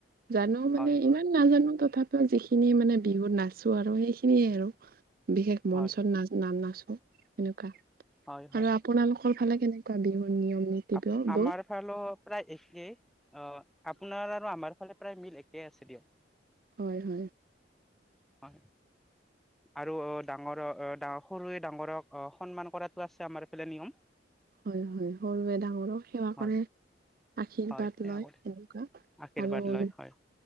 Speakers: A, on the right; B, in the centre.
A: জানো মানে
B: হয়
A: ইমান নাজানো তথাপিও যিখিনি মানে বিহুত নাচো আৰু সেইখিনিয়ে আৰু বিশেষ
B: হয়
A: মঞ্চত না ন নাচো এনেকুৱা
B: হয় হয়
A: আৰু আপোনালোকৰ ফালে কেনে কুৱা বিহু নিয়ম নীতি
B: আ
A: বোৰ
B: আমাৰ
A: বোৰ?
B: ফালে প্ৰায় একেই অ' আপোনাৰ আৰু আমাৰ ফালে প্ৰায় মিল একেই আছে দিয়ক।
A: হয়, হয়।
B: হয় আৰু অ' ডাঙৰ ডাঙৰ সৰুৱে ডাঙৰক অ' সন্মান কৰাতটো আছে আমাৰ এইফালে নিয়ম।
A: হয়, হয়, সৰুৱে ডাঙৰক সেৱা
B: হয়
A: কৰে। আশীৰ্বাদ
B: হয় সেয়া
A: লয়
B: কৰে
A: সেনেকুৱা
B: আশীৰ্বাদ
A: আৰু
B: লয় হয়